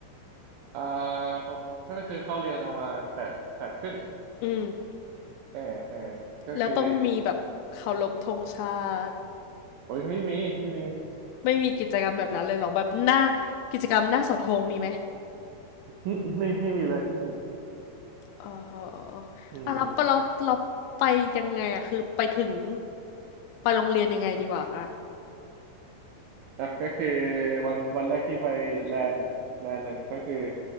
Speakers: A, on the right; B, on the left.
A: อ่าก็คือเข้าเรียนประมาณแปดแปดครึ่ง
B: อืม
A: ออเออก็คือ
B: แล้วต้องมีแบบเคารพธงชาติ
A: โอ้ยไม่มีไม่มี
B: ไม่มีกิจกรรมแบบนั้นเลยเหรอแบบหน้ากิจกรรมหน้าเสาธงมีไหม
A: อืมไม่ไม่มีเลยไม่มี
B: เออ
A: อืม
B: อ่ะแล้วเราเราไปยังไงอ่ะคือไปถึงไปโรงเรียนยังไงดีกว่าอ่ะ
A: อ่ะก็คือวันวันแรกที่ไปแลนด์แลนด์หนึ่งก็คือ